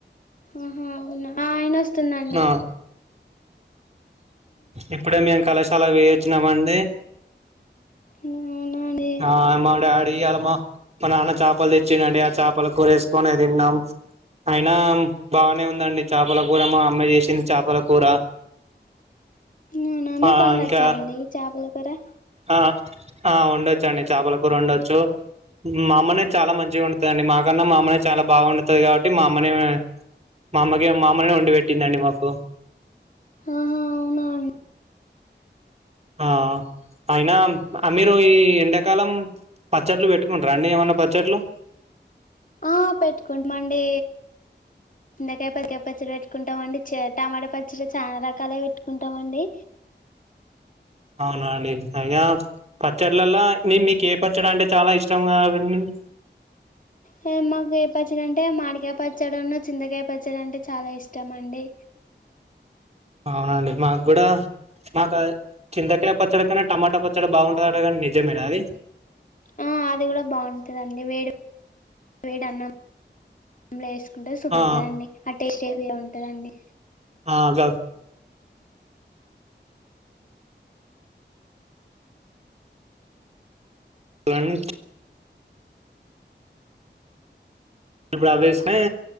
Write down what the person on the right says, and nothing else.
ఆ ఇప్పుడే మేము కళాశాల వేయొచ్చినామండి.
ఆ మా డాడ ఇయ్యాల మా నాన్న చేపలు తెచ్చిండి ఆ చేపలు కూరేసుకొని తిన్నాం. అయినా బానే ఉందండి చేపల కూర మా అమ్మాయి చేసింది చేపల కూర
ఆ
ఇంకా
ఆ ఆ ఉండ చ్చండి చాపలా కూరొండచ్చు మా అమ్మ నే చాలా మంచిగ వండుతదండి, మాకన్నా మా అమ్మనే చాలా బాగా వండుతది గాబట్టి మా అమ్మనే మా అమ్మకిగ మా అమ్మనే వండి పెట్టిందండి మాకు
ఆ అయినా మీరు ఈ ఎండాకాలం పచ్చడ్లు పెట్టుకుంటార అండి ఏమన్న పచ్చడ్లు?
అవునా అండి, అయినా పచ్చడ్లల్ల మేన్ మీకే పచ్చడ అంటే చాలా ఇష్టంగా డండండీ
అవునా అండి మాగ్గూడా మాకై చింతకాయ పచ్చడ కన్న టమాటా పచ్చడ బాగుంటదట కనీ నిజమేనా అది?
ఆ
ఆ జాగ్ లన్నీ ఇప్పుడవ్వేసుకునే